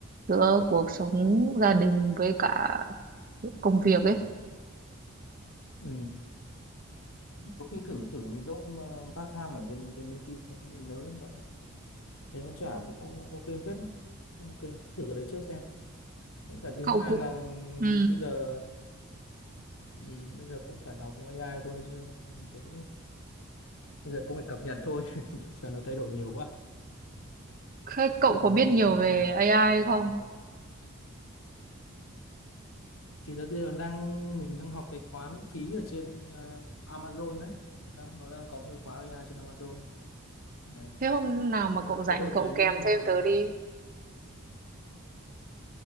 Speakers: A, on the right (about 40°); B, on the left (about 75°).
A: giữa cuộc sống gia đình với cả công việc ấy
B: Ừ. có khi thử thử cái job mà part time ở trên trên LinkedIn xem, nếu như bạn thấy nó trả cũng ok phết đấy. ok cứ thử cái đấy trước xem đến cả thứ
A: cậu
B: hai
A: cũng
B: là
A: ừ.
B: bây giờ ừm, bây giờ cũng phải học AI thôi chứ mình thấy bây giờ cũng phải cập nhật thôi <laughs> giờ nó thay đổi nhiều quá
A: Thế cậu
B: chứ
A: có
B: còn
A: biết
B: không
A: nhiều
B: không
A: về
B: không thể
A: AI không?
B: mình phải- thì đợt bây giờ đang mình đang học cái khóa miễn phí ở trên ờ, Amazon đấy đang nó đang có một cái khóa AI trên Amazon đấy
A: Thế hôm nào mà
B: cái
A: cậu rảnh
B: cái đội
A: cậu
B: đấy
A: kèm
B: thì
A: thêm
B: nó
A: tớ đi.